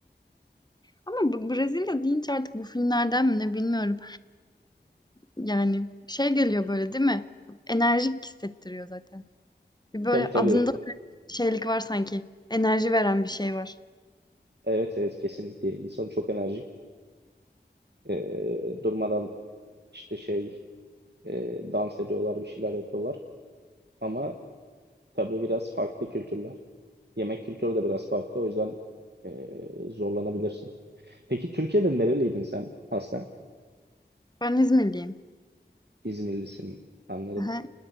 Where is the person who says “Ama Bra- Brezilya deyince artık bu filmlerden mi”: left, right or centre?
Left